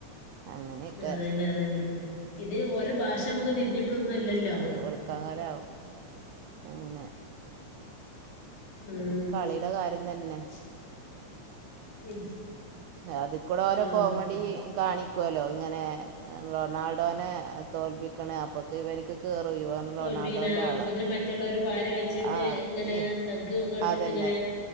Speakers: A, on the right (about 90°); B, on the left (about 80°).
A: അങ്ങനെയൊക്കെ
B: അതന്നെ അതന്നെ ഇത് ഒരെ ഭാഷ നമുക്ക് തിരിഞ്ഞിട്ടൊന്നും അല്ലല്ലോ
A: വെളുക്കാൻ നേരവും- അങ്ങനെ.
B: ഉം
A: ഈ കളിടെ കാര്യം തന്നെ-
B: <inaudible>
A: അതി കൂടെ ഓരോ
B: ആഹ്
A: കോമഡി കാണി ക്കുവല്ലോ ഇങ്ങനെ റൊണാൾഡോനെ തോൽപ്പിക്കണ അപ്പൊക്ക് ഇവ നിക്ക് കേറും ഇവ- റൊണാഡോൾറ്റൊളാ
B: തോൽപ്പിക്കണ അപ്പോത്തിന് മറ്റുള്ളവര് പാര വെച്ചിട്ട്
A: ആഹ്
B: ഇങ്ങനെ
A: ഇ
B: തഗ് ഒക്കെ ഇട്ടിട്ട്
A: അതന്നെ-
B: ഇങ്ങനെ